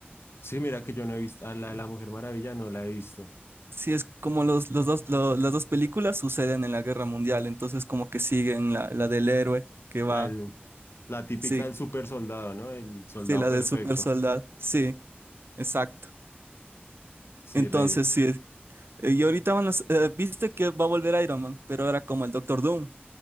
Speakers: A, on the left; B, on the right.
A: Sí, mira que yo no he visto, a la de la Mujer Maravilla no la he visto.
B: Sí, es como los, los dos, lo- las dos películas suceden en la Guerra Mundial, entonces como que siguen la, la del héroe que va,
A: La, del- la típica
B: sí,
A: del super soldado, ¿no? El soldado
B: sí, la
A: perfecto.
B: del super soldado, sí, exacto.
A: Sí,
B: Entonces,
A: re.
B: sí, eh, y ahorita van las, eh, viste que va a volver Iron Man, pero ahora como el Doctor Doom.